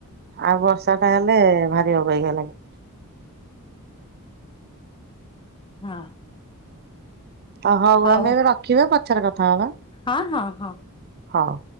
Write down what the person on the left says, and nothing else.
ହଁ।
ହଉ
ହଁ ହଁ ହଁ।